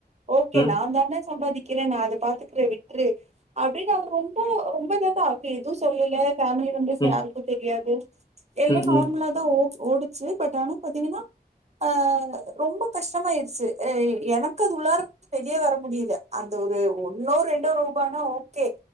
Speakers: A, on the right; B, on the left.
A: ஓகே
B: ம்
A: நா தானே சம்பாதிக் கிறே நா அத பாத்துக்கிறே விட்டுரு அப்டின்னு அவங்க ரொம்ப ரொம்ப இத தா அவங்க எதுவு சொல்லல ஃபேமிலி மெம்பர்ஸ்
B: ம்
A: யாருக்கு தெரியாது எல்லா
B: ம்
A: நார்மலா
B: ம்
A: தா ஓ ஓடுச்சு பட் ஆனா பாத்தீங்கன்னா ஆ ரொம்ப கஷ்டமாயிருச்சு ஆ எனக்கு அது உள்ளார வெளியே வர முடியல அந்த ஒரு ஒன்னோ ரெண்டோ ரூபானா ஓகே